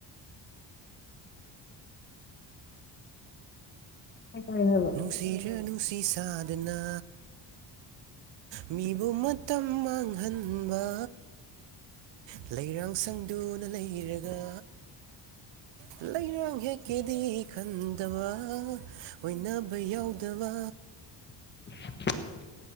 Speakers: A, on the left; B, on the right.
A: ꯀꯩ ꯇꯧꯔꯤ ꯍꯥꯏꯕ
B: ꯅꯨꯡꯁꯤꯔ ꯅꯨꯡ ꯁꯤ ꯁꯥꯗꯅ ꯃꯤꯕꯨ ꯃꯇꯝ ꯃꯥꯡ ꯍꯟꯕ ꯂꯩꯔꯥꯡ ꯁꯪꯗꯨꯅ ꯂꯩꯔꯒ ꯂꯩꯔꯥꯡ ꯍꯦꯛꯀꯦꯗꯤ ꯈꯟꯗꯕ ꯑꯣꯏꯅꯕ ꯌꯥꯎꯗꯕ
A: <unintelligible>